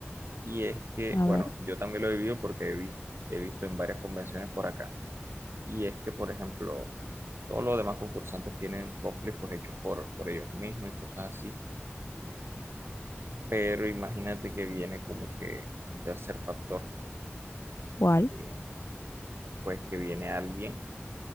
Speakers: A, on the right (about 65°); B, on the left (about 85°).
A: Y es que,
B: A
A: bueno,
B: ver,
A: yo también lo he vivido porque he, vi- he visto en varias convenciones por acá. Y es que, por ejemplo, todos los demás concursantes tienen cosplays pues hechos por, por ellos mismos y cosas así. pero imagínate que viene como que un tercer factor,
B: ¿cuál?
A: que, pues que viene alguien